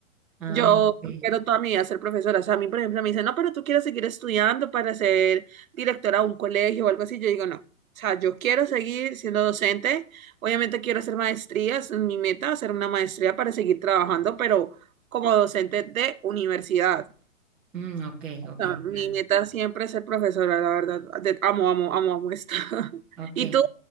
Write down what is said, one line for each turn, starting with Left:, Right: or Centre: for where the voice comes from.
Centre: Ah,
Right: Yo
Centre: ok.
Right: quiero toda mi vida ser profesora. O sea, a mí, por ejemplo, me dicen, no, pero tú quieres seguir estudiando para ser directora de un colegio o algo así. Yo digo, no. O sea, yo quiero seguir siendo docente. Obviamente quiero hacer maestrías. Mi meta es hacer una maestría para seguir trabajando, pero como docente de universidad.
Centre: Mm, ok, ok,
Right: No, mi
Centre: claro.
Right: meta siempre es ser profesora, la verdad. De- amo, amo, amo, amo esto. <laughs>
Centre: Ok.
Right: ¿Y tú?